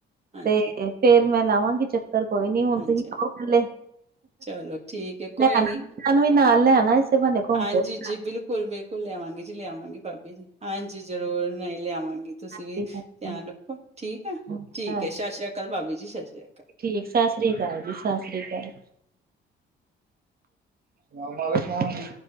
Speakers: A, on the right; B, on the right.
A: ਹਾਂਜੀ
B: ਤੇ ਫਿਰ ਮੈਂ ਲਾਵਾਂਗੀ ਚੱਕਰ ਕੋਈ ਨੀ। ਹੁਣ
A: ਹਾਂਜੀ
B: ਤੁਸੀਂ
A: ਹਾਂਜੀ
B: ਆਓ ਪਹਿਲੇ
A: ਚਲੋ ਠੀਕ ਹੈ ਕੋਈ
B: ਲੈਣਾ
A: ਨੀ
B: ਸੂੰ ਵੀ ਨਾਲ ਲੈਣਾ ਇਸੇ ਬਹਾਨੇ ਘੁੰਮ
A: ਹਾਂਜੀ
B: ਫਿਰ
A: ਜੀ
B: ਜਾਣ
A: ਬਿਲਕੁਲ ਬਿਲਕੁਲ ਲਿਆਵਾਂਗੇ ਜੀ ਲਿਆਵਾਂਗੇ ਭਾਬੀ ਜੀ। ਹਾਂਜੀ ਜ਼ਰੂਰ, ਨਹੀਂ ਲਿਆਵਾਂਗੇ। ਤੁਸੀਂ ਵੀ,
B: ਹਾਂਜੀ
A: ਧਿਆਨ ਰੱਖੋ। ਠੀਕ ਆ
B: ਹਾਂਜੀ
A: ਠੀਕ ਏ। ਸ਼ਸ਼ਰੀ ਕਾਲ ਭਾਬੀ ਜੀ ਸ਼ਸ਼ਰੀ ਕਾਲ।
B: ਠੀਕ, ਸ਼ਸ਼ਰੀ ਕਾਲ ਜੀ ਸ਼ਸ਼ਰੀ ਕਾਲ। ਰਾਮ ਰਾਮ ਚਾੜਨੇ